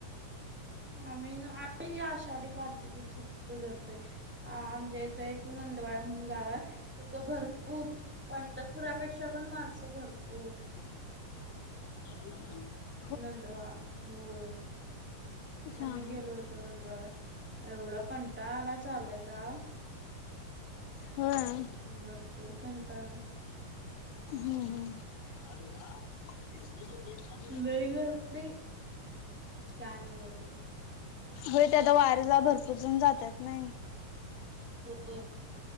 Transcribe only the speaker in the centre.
आम्ही, आम्ही ही आषाढी कार्तिकीची फक्त धरतोय. अ आमच्या इथं एक नंदवाळ म्हणून गाव हाय. त तो भरपूर पंढरपुरापेक्षा तिथं पण माणसं भरपूर
नंदवा होय,
आम्ही
गेलो होतो. नंदवाळा एवढा कंटाळा आला चालायचा
भरपूर कंटाळा
लय गर्दी, काय नव्हत
होय